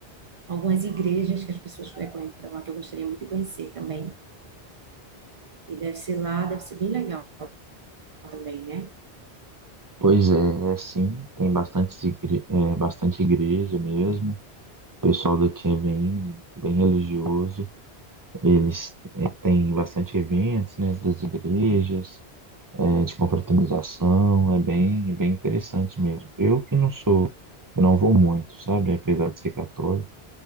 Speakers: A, on the right (about 50°); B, on the right (about 20°).
A: algumas igrejas que as pessoas frequentam lá, que eu gostaria muito de conhecer também. E deve ser lá, deve ser bem legal também, né?
B: Pois é, sim, tem bastante, igre- é, bastante igreja mesmo. O pessoal daqui é bem, bem religioso. Eles é, têm bastante eventos, né, das igrejas, é, de confraternização. É bem, bem interessante mesmo. Eu que não sou, eu não vou muito, sabe? Apesar de ser católico,